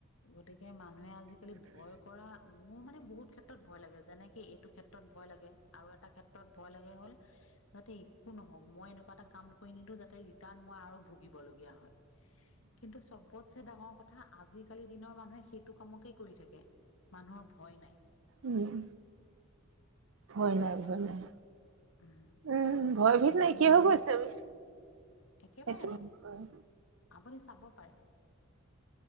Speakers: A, on the left; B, on the right.
A: গতিকে মানুহে আজিকালি ভয় কৰা, মোৰ মানে বহুত ক্ষেত্ৰত ভয় লাগে। যেনেকে এইটো ক্ষেত্ৰত ভয় লাগে আৰু এটা ক্ষেত্ৰত ভয় লাগে হ'ল যাতে একো নহওঁক। মই এনেকুৱা এটা কাম কৰি নিদো যাতে ৰিটাৰ্ণ মই আৰু ভুগিব লগীয়া হয়। কিন্তু, চবতছে ডাঙৰ কথা আজি আজিকালি দিনৰ মানুহে সেইটো কামকেই কৰি থাকে মানুহৰ ভয় নাই
B: উম, ভয় নাই, ভয় নাই।
A: উম
B: উম, ভয়
A: মা
B: ভিত নাইকিয়া
A: মানুহৰ ভয়
B: গৈছে অবিচ
A: একেবাৰে
B: সেইটো
A: নাই
B: হয়।
A: আপুনি চাব পাৰে।